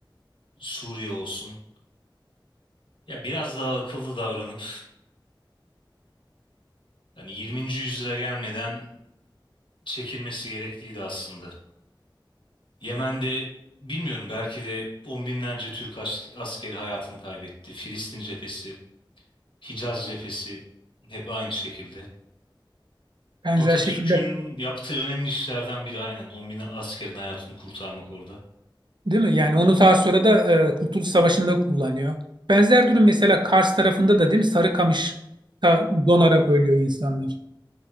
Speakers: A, on the left; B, on the right.
A: Suriye olsun. Ya biraz daha akıllı davranıp hani 20. yüzyıla gelmeden çekilmesi gerekliydi aslında. Yemen'de bilmiyorum belki de on binlerce Türk as- askeri hayatını kaybetti. Filistin cephesi, Hicaz cephesi hep aynı şekilde.
B: Benzer
A: Atatürk'ün
B: şekilde
A: yaptığı önemli işlerden biri aynen 10 bin askerin hayatını kurtarmak orada.
B: Değil mi? Yani onu daha sonra da e, Kurtuluş Savaşı'nda kullanıyor. Benzer durum mesela Kars tarafında da değil mi? Sarıkamış'ta donarak ölüyor insanlar.